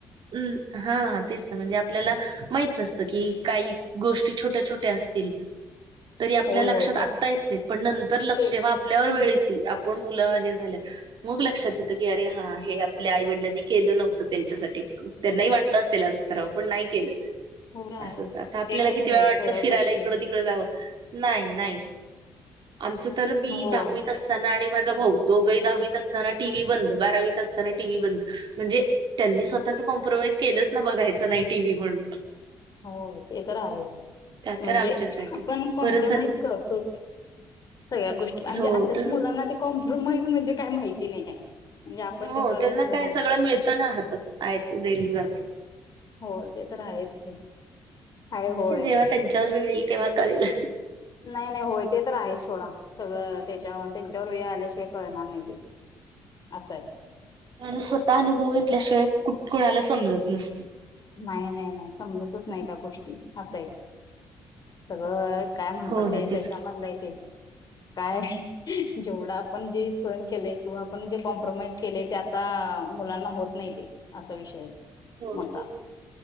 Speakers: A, on the right; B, on the left.
A: हम्म, हा तेच ना. म्हणजे आपल्याला माहित नसतं की, काही गोष्टी छोट्या छोट्या असतील. तरी आपल्या
B: होय
A: लक्षात
B: होय काय
A: आत्ता येत नाहीत, पण नंतर लक्ष
B: येत
A: जेव्हा आपल्यावर
B: हं,
A: वेळ येती. आपण मुलं हे झाल्या मग लक्षात येतं की, अरे, हा हे आपल्या आईवडी केलं नव्हतं त्यांच्यासाठी. त्यांनाही वाटलं असेल असं करावं, पण नाही केलं.
B: हो आहेच
A: असंच. आता आपल्याला
B: ते तर
A: किती
B: आहे
A: वेळा वाटतं,
B: सगळ्या
A: फिरायला
B: गोष्टी
A: इकडं तिकडं जावं. नाही नाही, आमच तर मी
B: होय
A: दहावीत अस ताना आणि माझा भाऊ दोघही दहावीत असताना टी व्ही बंद, बारावीत असताना टी व्ही बंद. म्हणजे त्यांनी
B: हं,
A: स्वतःच कॉम्प्रोमाइज केलंच ना, बघायचं नाही टी व्ही म्हणून.
B: हो, ते तर आहेच.
A: त्या
B: म्हणजे
A: तर आमच्यासाठी
B: आपण कॉम्प्रोमाइज
A: परत सन
B: करतोच सगळ्या गोष्टी, म्हणजे
A: हो
B: आताच्या
A: तस
B: मुलांना ते कॉम्प्रोमाइज म्हणजे काय माहिती नाहीये. म्हणजे आपण
A: हो,
B: जे करत
A: त्यांना
B: होतो
A: काय
B: ना
A: सगळं मिळतं ना हातात. आयत दिलं जात.
B: हो, ते तर आहेच की. आहे होय
A: हे जेव्हा त्यांच्यावर वेळ येईल तेव्हा कळेल.
B: नाही नाही, होय, ते तर आहेच सोडा, सगळं त्याच्या त्यांच्यावर वेळ आल्याशिवाय कळणार नाही ते. असंय.
A: म्हणजे स्वतः अनुभव घेतल्याशिवाय कुठ कुणाला समजत नसत.
B: नाही नाही नाही, समजतचं नाही त्या गोष्टी असंय. सगळं काय म्हणतात
A: हो ना
B: ते
A: तेच
B: तश्यामधलंय
A: की.
B: तेे. काय जेवढा आपण जे सहण केलेय किंवा आपण जे कॉम्प्रोमाइज केले त्यात ता मुलांना होत नाही ते असा विषय तो.
A: होय.
B: मोठा